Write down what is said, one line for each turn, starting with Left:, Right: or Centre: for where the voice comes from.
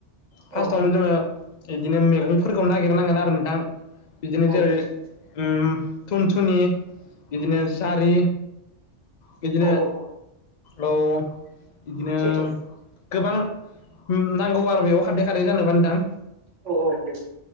Left: फार्स्टआवनो
Right: औ
Left: जोङो बिदिनो मेगंफोरखौ नागिरनांगोन आरो नोंथां। बिदिनो
Right: औ
Left: जेरै
Right: नोंथां
Left: उम थुनथुनि बिदिनो जारि बिदिनो
Right: औ औ औ
Left: औ बिदिनो
Right: सैथो
Left: गोबां नांगौ आरो बेयाव खारदै खारै जानोबा नोंथां
Right: औ औ औ‌ औ